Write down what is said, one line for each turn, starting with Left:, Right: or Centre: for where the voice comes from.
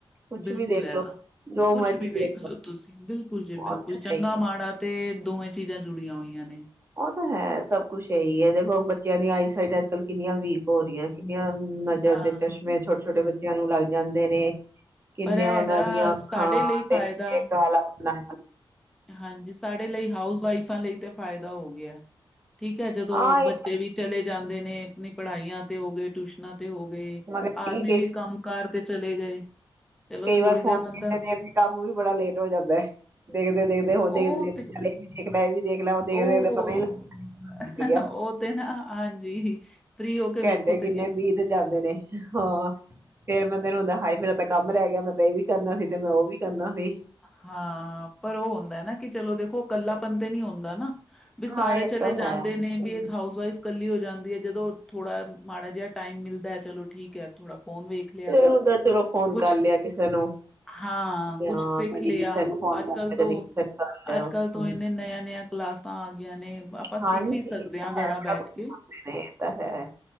Right: ਕੁਛ
Centre: ਬਿਲਕੁਲ
Right: ਵੀ ਦੇਖਲੋ
Centre: ਹੈਗਾ।
Right: ਜੋ
Centre: ਕੁਛ
Right: ਮਰਜੀ
Centre: ਵੀ ਵੇਖ
Right: ਦੇਖਲੋ
Centre: ਲੋ ਤੁਸੀਂ। ਬਿਲਕੁਲ ਜੀ
Right: ਉਹ
Centre: ਬਿਲਕੁਲ।
Right: ਤਾਂ
Centre: ਚੰਗਾ
Right: ਹੈ ਹੀ
Centre: ਮਾੜਾ ਤੇ ਦੋਵੇਂ ਚੀਜ਼ਾਂ ਜੁੜੀਆਂ ਹੋਈਆਂ ਨੇ
Right: ਉਹ ਤਾਂ ਹੈ ਸਭ ਕੁੱਛ ਇਹੀ ਹੈ ਦੇਖੋੁਣ ਬੱਚਿਆਂ ਦੀ ਆਈ ਸਾਈਡ ਅੱਜ ਕੱਲ ਕਿੰਨੀਆਂ ਵੀਕ ਹੋ ਰਹੀਆਂ ਕਿੰਨੀਆਂ ਨਜ਼ਰ
Centre: ਹਾਂ,
Right: ਦੇ ਚਸ਼ਮੇ ਛੋਟੇ ਛੋਟੇ ਬੱਚੇ ਨੂੰ ਲੱਗ ਜਾਂਦੇ ਨੇ ਕਿੰਨੀਆਂ
Centre: ਪਰ ਇਹ
Right: ਉਹਨਾਂ
Centre: ਹੈਗਾ
Right: ਦੀਆਂ ਅੱਖਾਂ
Centre: ਸਾਡੇ ਲਈ
Right: ਤੇ
Centre: ਫਾਇਦਾ
Right: ਕਾਲਾ ਬਣਾ
Centre: ਹਾਂਜੀ ਸਾਡੇ ਲਈ ਹਾਊਸ ਵਾਈਫਾਂ ਲਈ ਤੇ ਫ਼ਾਇਦਾ ਹੋ ਗਿਆ ਠੀਕ ਹੈ ਜਦੋਂ
Right: ਹਾਂ
Centre: ਬੱਚੇ
Right: ਇਹ
Centre: ਵੀ ਚਲੇ ਜਾਂਦੇ ਨੇ ਆਪਣੀ ਪੜ੍ਹਾਈਆਂ ਤੇ ਹੋ ਗਏ ਟਊਸ਼ਨ ਤੇ ਹੋ ਗਏ
Right: ਮਗਰ
Centre: ਆਦਮੀ
Right: ਕਈ
Centre: ਵੀ ਕੰਮ ਕਾਰ ਤੇ ਚਲੇ ਗਏ ਚਲੋ
Right: ਕਈ
Centre: ਥੋੜ੍ਹੀ
Right: ਵਾਰ ਫੋਨ
Centre: ਦੇਰ ਬੰਦਾ
Right: ਦੇਖਦੇ ਦੇਖਦੇ ਕੰਮ ਵੀ ਬੜਾ ਲੇਟ ਹੋ ਜਾਂਦਾ ਦੇਖਦੇ ਦੇਖਦੇ ਦੇਖਦੇਖ ਵੀ
Centre: ਉਹ
Right: ਦੇਖ
Centre: ਤੇ
Right: ਲੈ ਇਹ ਵੀ ਦੇਖ ਲੈ ਦੇਖਦੇਖਦੇ
Centre: ਉਹ
Right: ਪਤਾ ਲੱਗਦਾ
Centre: ਉਹ ਤੇ ਨਾ ਹਾਂਜੀ ਫ੍ਰਰੀ ਹੋ ਕੇ ਵੇਖੋ
Right: ਘੰਟੇ
Centre: ਤੇ
Right: ਕਿੰਨੇ
Centre: ਕੀ
Right: ਵੀਹ ਤੇ ਜਾਂਦੇ ਨੇ ਹਾਂ ਫੇਰ ਬੰਦੇ ਨੂੰ ਹੁੰਦਾ ਹਾਏ ਮੇਰਾ ਤੱਕ ਕੰਮ ਰਹਿ ਗਿਆ ਮੈਂ ਤੇ ਇਹ ਵੀ ਕਰਨਾ ਸੀ ਤੇ ਮੈਂ ਉਹ ਵੀ ਕਰਨਾ ਸੀ
Centre: ਹਾਂ ਪਰ ਉਹ ਹੁੰਦਾ ਨਾ ਕਿ ਚਲੋ ਦੇਖੋ ਕੱਲਾਪਨ ਤੇ ਨੀ ਹੁੰਦਾ ਨਾ ਵੀ ਸਾਰੇ
Right: ਹਾਂ ਇਹ
Centre: ਚਲੇ
Right: ਤਾਂ
Centre: ਜਾਂਦੇ
Right: ਹੈ
Centre: ਨੇ ਵੀ
Right: ਹਮ,
Centre: ਇੱਕ ਹਾਊਸ ਵਾਈਫ ਇਕੱਲੀ ਹੋ ਜਾਂਦੀ ਹੈ ਜਦੋਂ ਥੋੜਾ ਮਾੜਾ ਜਿਹਾ ਟਾਈਮ ਮਿਲਦਾ ਚਲੋ ਠੀਕ ਹੈ ਥੋੜਾ ਫੋਨ ਵੇਖ ਲਿਆ
Right: ਇਹ ਹੁੰਦਾ ਚਲੋ ਫੋਨ
Centre: ਕੁਛ
Right: ਕਰ ਲਿਆ ਕਿਸੇ ਨੂੰ
Centre: ਹਾਂ
Right: ਜਾਂ
Centre: ਕੁਛ ਸਿੱਖ
Right: ਕਦੀ
Centre: ਲਿਆ
Right: ਕਿਸੇ ਨੂੰ ਫੋਨ
Centre: ਅੱਜ
Right: ਕਰ
Centre: ਕੱਲ
Right: ਲਿਆ
Centre: ਤੋਂ
Right: ਕਦੀ ਕਿਸੇ ਨੂੰ ਕਰ ਲਿਆ
Centre: ਅੱਜ
Right: ਹਮ,
Centre: ਕੱਲ ਤੋਂ ਇੰਨੇ ਨਯ ਨਯ ਕਲਾਸਾਂ ਆ ਗਈਆਂ ਨੇ ਆਪਾਂ ਸਿੱਖ
Right: ਹਾਂਜੀ
Centre: ਵੀ
Right: ਇਹ
Centre: ਸਕਦੇ
Right: ਤਾਂ
Centre: ਹਾਂ ਘਰਾਂ
Right: ਹੈ
Centre: ਬੈਠ
Right: ਬੜਾ ਕੁਛ
Centre: ਕੇ
Right: ਸਖਦੇ ਨੇ ਇਹ ਤਾਂ ਹੈ